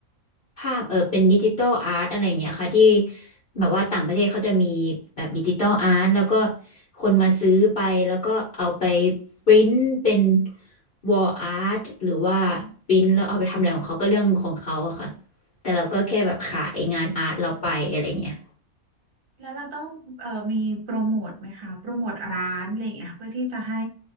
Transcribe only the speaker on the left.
ภาพเออเป็นดิจิตอลอาร์ตอะไรอย่างเงี้ยค่ะที่แบบว่าต่างประเทศเขาจะมีแบบดิจิตอลอาร์ตแล้วก็คนมาซื้อไปแล้วก็เอาไปปริ้นเป็นวอลอาร์ตหรือว่าปริ้นแล้วเอาไปทำอะไรของเขาก็เรื่องของเขาอะค่ะแต่เราก็แค่แบบขายงานอาร์ตเราไปอะไรเงี้ย